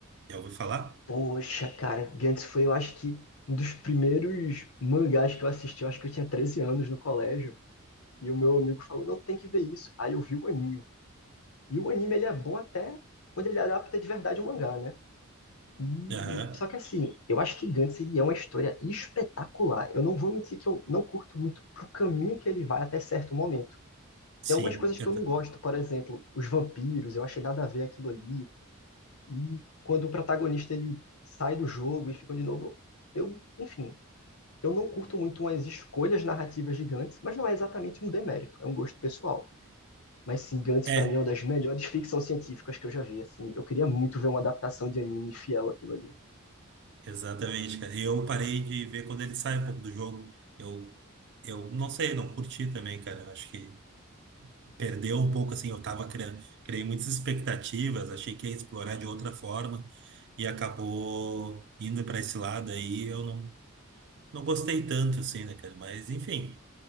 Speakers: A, on the right (about 55°); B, on the left (about 85°).
A: Já ouviu falar?
B: Poxa, cara, Gantz foi, eu acho que, um dos primeiros mangás que eu assisti. Eu acho que eu tinha 13 anos no colégio. E o meu amigo falou, não, tem que ver isso. Aí eu vi o anime. E o anime, ele é bom até quando ele adapta de verdade o mangá, né? E-
A: Aham.
B: Só que assim, eu acho que Gantz, ele é uma história espetacular. Eu não vou mentir que eu não curto muito pro caminho que ele vai até certo momento.
A: Sim.
B: Tem algumas coisas
A: eu
B: que eu
A: ta-
B: não gosto, por exemplo, os vampiros, eu achei nada a ver aquilo ali. E quando o protagonista ele sai do jogo e fica de novo, eu, enfim, eu não curto muito umas escolhas narrativas de Gantz, mas não é exatamente um demérito, é um gosto pessoal. Mas sim, Gantz
A: É,
B: pra mim é uma das melhores ficção científicas que eu já vi, assim. Eu queria muito ver uma adaptação de anime fiel àquilo ali.
A: exatamente, cara. E eu parei de ver quando ele sai um pouco do jogo. Eu, eu não sei, não curti também, cara. Eu Acho que perdeu um pouco, assim, eu tava criando, criei muitas expectativas, achei que ia explorar de outra forma e acabou indo para esse lado aí, eu não, não gostei tanto, assim, né, cara? Mas, enfim.